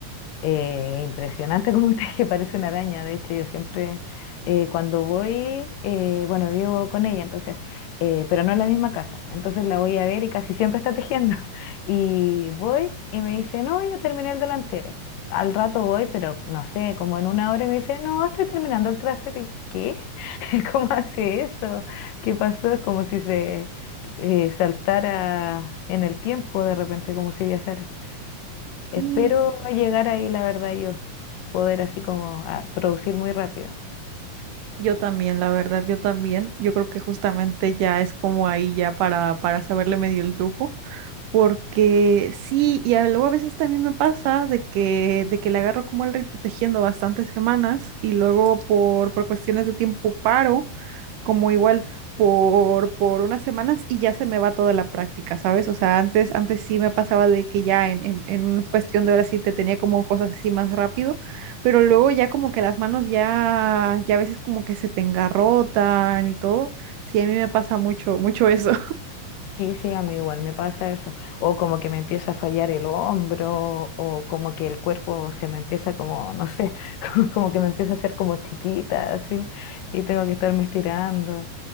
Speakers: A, on the left; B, on the right.
A: Eh, impresionante <laughs> como usted que parece una araña. De hecho, yo siempre eh, cuando voy, eh, bueno, vivo con ella, entonces, eh, pero no en la misma casa. Entonces la voy a ver y casi siempre está tejiendo. <laughs> Y voy y me dice, no, ya terminé el delantero. Al rato voy, pero no sé, como en una hora y me dice, no, estoy terminando el trasero. ¿Y qué? <laughs> ¿Cómo hace eso? ¿Qué pasó? Es como si se eh, saltara en el tiempo de repente, como si viajara. Espero
B: sí,
A: llegar ahí, la verdad, yo poder así como ah, producir muy rápido.
B: yo también, la verdad, yo también. Yo creo que justamente ya es como ahí ya para, para saberle medio el truco. Porque sí, y a- luego a veces también me pasa de que, de que le agarro como el ritmo tejiendo bastantes semanas y luego por, por cuestiones de tiempo paro, como igual por, por unas semanas y ya se me va toda la práctica, ¿sabes? O sea, antes, antes sí me pasaba de que ya en, en, en una cuestión de horas sí te tenía como cosas así más rápido, pero luego ya como que las manos ya, ya a veces como que se te engarrotan y todo. Sí, a mí me pasa mucho, mucho eso.
A: Sí, sí, a mí igual me pasa eso. O como que me empieza a fallar el hombro, o como que el cuerpo se me empieza como, no sé, <laughs> como, como que me empieza a hacer como chiquita, así, y tengo que estarme estirando.